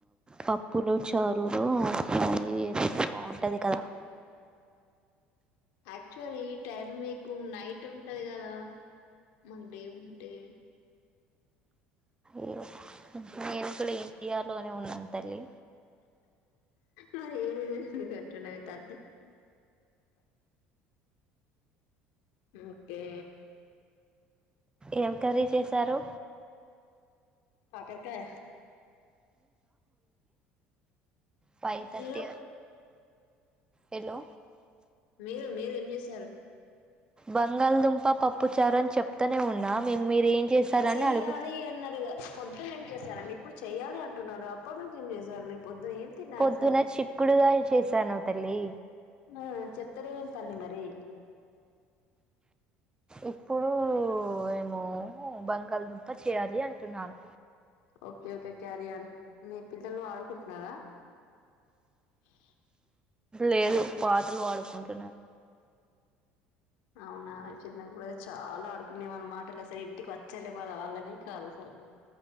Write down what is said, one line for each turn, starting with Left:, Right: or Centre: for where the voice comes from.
Right: పప్పులు చారులు ఫ్రైయి బాగుంటది కదా
Left: యాక్చువల్ ఈ టైమ్ మీకు నైట్ ఉంటది కదా మాకు డే ఉంటే
Right: ఈ మేము కూడా ఇండియాలోనే ఉన్నం తల్లి
Left: మరి ఏద ఎందుకుంటున్నవి తల్లి ఓకే
Right: ఏం కర్రీ చేసారు
Left: కాకరకాయ
Right: ఫైవ్ థర్టీ
Left: మీరు
Right: హలో
Left: మీరు మీరు ఏం చేశారు
Right: బంగాళదుంప పప్పు చారు అని చెప్తనే ఉన్నా మీరు ఏం చేశారని
Left: చెయ్యాలి
Right: అడుగు
Left: అన్నారుగా కొద్దు నేను చెప్ స అండి ఇప్పుడు చెయాలి అంటున్నా అప్పటి నుంచి ఏం చేశారు మీరు పద్దు ఏం తిన్నారు
Right: పొద్దున
Left: అసలు
Right: చిక్కుడుగాయ చేశాను తల్లి
Left: హా చెప్ తెరవేన తర్ మరి
Right: ఇప్పుడు ఏమో బంగాళదుంప చేయాలి అంటున్నాను
Left: ఓకే ఓకే క్యారియన్ మీ పిల్లలు ఆడుకుంటున్నారా అ
Right: లేదు పాటలు పాడుకుంటున్నారు
Left: అవునా చిన్నప్పుడయితే చాలా ఆడుకునే వాళ్ళ మాట ఇలా ఇంటికి వచ్చాల బళ్ళ వాళ్ళనే కాదు అసలు